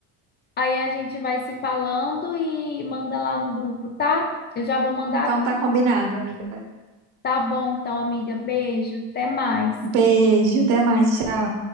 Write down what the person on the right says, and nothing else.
Então tá combinado, amiga.
Beijo, até mais. tchau.